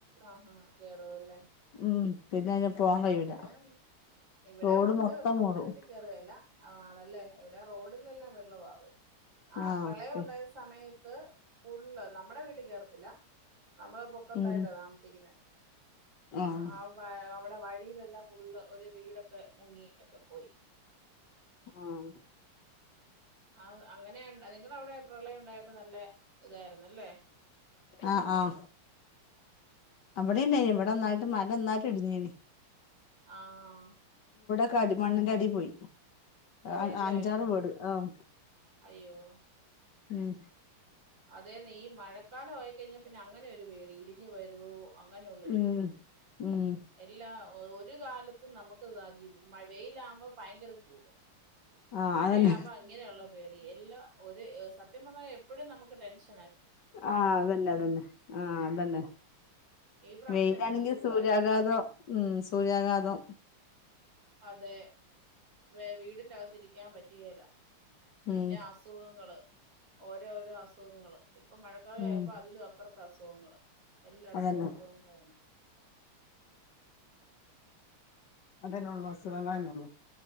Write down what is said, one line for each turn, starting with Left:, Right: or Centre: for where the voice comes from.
Right: ആ ഹാ കേറോ അല്ലേ
Left: ഉം പിന്നെ അതിന് പോവാൻ കഴിയൂല
Right: ആ ഇവിടെ ഇവിടെ
Left: റോഡ്
Right: ഒണ്ട്
Left: മൊത്തം
Right: പക്ഷെ നമ്മടെ
Left: മൂടും
Right: വീട്ടിൽ കേറുകെല്ലാ ആളല്ലേ ഇവിടെ റോഡിൽ എല്ലാം വെള്ളവാകും ആ
Left: ആഹ്
Right: പ്രളയം
Left: പി
Right: ഉണ്ടായ സമയത്ത് ത് ഫുള് നമ്മടെ വീട്ടിൽ കേറത്തില്ല നമ്മള പൊക്കത്തായിട്ടാ
Left: ഉം
Right: താമസിക്കുന്ന
Left: ആഹ്
Right: ഹാ ഭയ അവ വഴിയിലല്ലാ ഫുള്ള് ഒരു വീടൊക്കെ മുങ്ങി ഒക്കെ പോയി
Left: ആഹ്
Right: ആ അങ്ങനെ നിങ്ങളവിടെ പ്രളയം ഉണ്ടായപ്പോ നല്ല ഇതായിരുന്നല്ലേ
Left: ആഹ് ആഹ് അവിടെ ഉണ്ടായിനി ഇവിടെ നന്നായിട്ട് മല നന്നായിട്ട് ഇടിഞ്ഞേനി
Right: ആഹ്
Left: ക്കേ അടി മണ്ണിന്റെ അടി പോയി
Right: പോയല്ലേ
Left: ആ അഞ്ചാറ് വീട് ആഹ്
Right: അയ്യോ
Left: ഉം
Right: അതേന്നെ ഈ മഴക്കാലം ആയിക്കഴിഞ്ഞാ പിന്നെ അങ്ങനൊരു പേടി ഇടിഞ്ഞ് വരുവോ അങ്ങനെയുള്ളൊരു
Left: ഉം
Right: പേടി
Left: ഉം
Right: എല്ലാം ഒരു കാലത്തും നമുക്ക് ദാ ജീവ് മ വെയിലാകുമ്പോ ഭയങ്കര ചൂട്
Left: ആഹ്
Right: മഴയാവുപ
Left: അതന്നെ
Right: അങ്ങനെയൊള്ള പേടി എല്ലാം ഒരു സത്യം പറഞ്ഞാൽ എപ്പൊഴും നമു ക്ക്‌ ടെൻഷ്
Left: ആഹ് അതെന്നെ അതെന്നെ ആഹ് അതന്നെ
Right: ഈ പ്രാവശ്യം
Left: വെയിലാണെങ്കിൽ
Right: എന്തൊരു ചൂടായിരുന്നു
Left: സൂര്യാഘാതം ഉം സൂര്യാഘാതം
Right: അതെ വെ വീടിന്റകത്ത് ഇരിക്കാൻ പറ്റുകേല്ല പിന്നെ
Left: ഉം
Right: അസുഖങ്ങള് ഓരോ ഓരോ അസുഖങ്ങള് ഇപ്പൊ മഴക്കാലം
Left: ഉം
Right: ആയപ്പോ അതിലും അപ്പുറം അസുഖങ്ങൾ എല്ലായിടത്തു
Left: അതന്നെ
Right: അസുഖങ്ങൾ ആണ്
Left: അതന്നെ ഉള്ളൂ അസുഖന്നെ ഉള്ളൂ